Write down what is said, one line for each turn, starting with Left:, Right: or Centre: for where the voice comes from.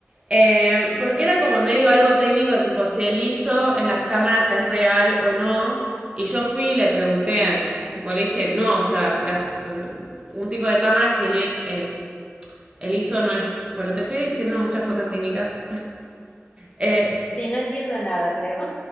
Right: Eh, porque era como medio algo técnico, tipo si el ISO en las cámaras es real o no. Y yo fui y le pregunté al tipo, le dije, no, o sea, las, un tipo de cámaras tiene, eh, el ISO no es, bueno, te estoy diciendo muchas cosas técnicas. Eh,
Left: Sí, no entiendo nada, creo.